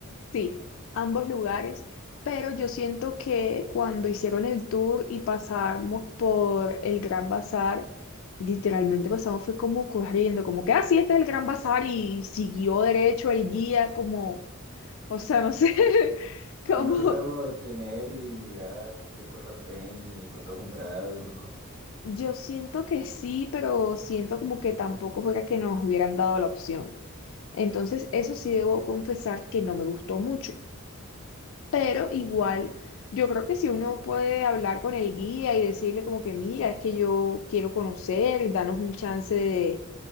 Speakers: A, on the left; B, on the right.
A: Sí, ambos lugares, pero yo siento que cuando hicieron el tour y pasamos por el Gran Bazar, literalmente pasamos fue como corriendo, como que así este es el Gran Bazar y siguió derecho el guía como, o sea, no sé, <laughs> como
B: No se puede uno detener y mirar qué cosas venden y pronto comprar algo, ¿no?
A: yo siento que sí, pero siento como que tampoco fuera que nos hubieran dado la opción. Entonces, eso sí debo confesar que no me gustó mucho. pero igual yo creo que si uno puede hablar con el guía y decirle como que mira, es que yo quiero conocer, danos un chance de